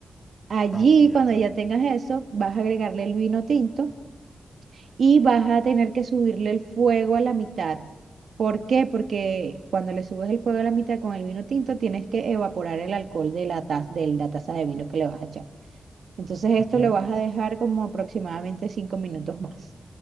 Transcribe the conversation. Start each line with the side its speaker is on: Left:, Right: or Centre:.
Right: Allí,
Left: Ok, de
Right: cuando
Left: acuerdo.
Right: ya tengas eso, vas a agregarle el vino tinto y vas a tener que subirle el fuego a la mitad. ¿Por qué? Porque cuando le subes el fuego a la mitad con el vino tinto, tienes que evaporar el alcohol de la taza, de la taza de vino que le vas a echar. Entonces esto
Left: Ujú,
Right: lo vas a dejar como aproximadamente cinco minutos más.